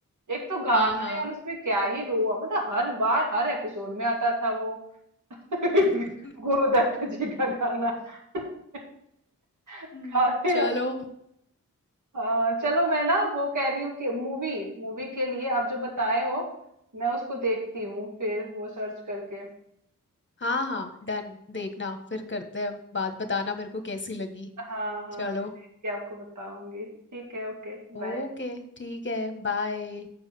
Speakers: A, on the right; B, on the left.
A: एक तो गाना
B: हाँ हाँ
A: यार उसमें क्या ही रो मतलब हर बार हर एपिसोड में आता था वो <laughs>
B: <laughs>
A: गुरुदत्त जी का गाना <laughs> काफी
B: हम्म, चलो
A: है वो अ, चलो मैं ना वो कह रही हूँ कि मूवी मूवी के लिए आप जो बताए हो मैं उसको देखती हूँ फिर वो सर्च करके
B: हाँ हाँ डन देखना फिर करते हैं बात बताना मेरे को कैसी लगी
A: हाँ हाँ
B: चलो
A: मैं देख के आपको बताऊंगी ठीक है ओके बाय
B: ओके ठीक है बाय